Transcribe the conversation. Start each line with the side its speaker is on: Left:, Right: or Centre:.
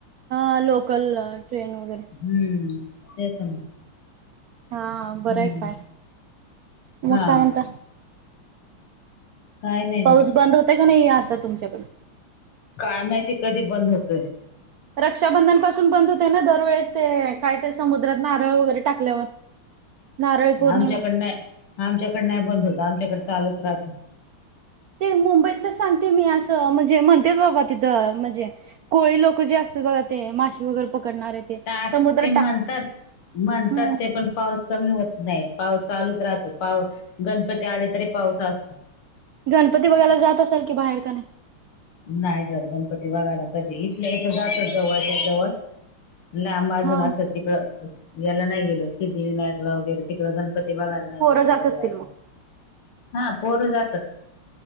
Right: हा लोकल ट्रेन वगैरे
Left: ह, तेच ना
Right: हा बरं
Left: हू,
Right: आहे काय मग
Left: हा
Right: काय म्हणता
Left: काय नाही
Right: पाऊस
Left: मग
Right: बंद होतंय का नाही आता तुमच्याकडं
Left: काय माहिती कधी बंद होतोय
Right: रक्षाबंधन पाासून बंद होतय ना दरवेळेस ते काय तर समुद्रात नारळ वगैरे टाकल्यावर नारळी पौर्णिमा.
Left: आमच्याकड नाही आमच्याकड नाही बंद होत आमच्याकड चालूच राहतो
Right: ते मुंबईतलच सांगते मी असं म्हणजे म्हणत्यात बाबा तिथं म्हणजे कोळी लोक जे असत्यात बघा ते मासे वगैरे पकडणारे
Left: ते
Right: समुद्रात
Left: म्हणतात
Right: टाक
Left: म्हणतात
Right: हम्म
Left: ते पण पाऊस कमी होत नाही पाऊस चालूच राहतो गणपती आले तरी पाऊस असतो.
Right: गणपती बघायला जात असाल की बाहेर का नाही?
Left: नाही जात गणपती बघायला कधी इथल्या इथं जात जवळ च्या जवळ लांब अजून
Right: हा.
Left: असं तिकडं याला नाही गेलो सिद्धिविनायकला वगैरे तिकडं गणपती बघायला नाही
Right: पोरं
Left: गेलो
Right: जात
Left: कधी
Right: असतील
Left: अजून
Right: मग
Left: हा पोर जातात